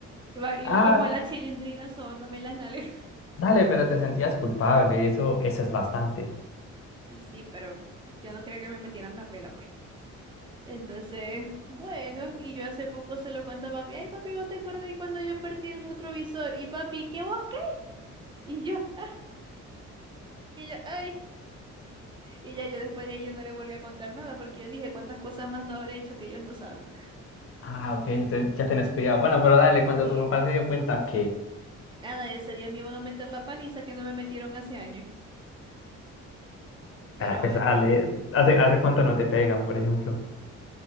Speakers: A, on the right (about 15°); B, on the left (about 45°).
A: Iba, iba
B: Ah,
A: como la chilindrina sobándome las nalgas.
B: dale, pero te sentías culpable, eso, eso es bastante.
A: <laughs> Sí, pero yo no quería que me metieran la pela, pues. Entonces, bueno, y yo hace poco se lo cuento a papi. Ay, papi, ¿vos te acuerdas de cuando yo perdí el retrovisor? Y papi, ¿qué vos qué? Y yo, <laughs> y yo, ay. Y ya yo después de ahí yo no le volví a contar nada porque yo dije cuántas cosas más no habré hecho que ellos no saben.
B: Ah, ok, entonces ya tenés cuidado. Bueno, pero dale, cuando
A: Sí.
B: tu papá se dio cuenta que,
A: Nada, ese día me iban a meter la paliza que no me metieron hace años. Pero
B: para empezarle,
A: bueno,
B: ¿hace, hace cuánto no te pegan, por ejemplo?